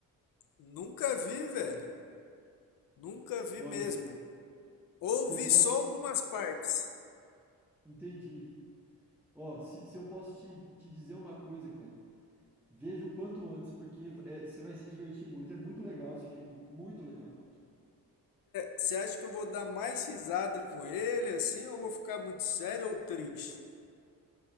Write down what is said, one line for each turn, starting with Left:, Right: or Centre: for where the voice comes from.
Left: Nunca vi, velho. Nunca vi
Centre: Olha,
Left: mesmo. Ou
Centre: se
Left: vi
Centre: eu posso.
Left: só algumas partes.
Centre: Entendi. Ó, se, se eu posso te, te dizer uma coisa, cara. Veja o quanto antes, porque é, você vai se divertir muito. É muito legal esse filme. Muito legal.
Left: Você acha que eu vou dar mais risada com ele assim, ou vou ficar muito sério ou triste?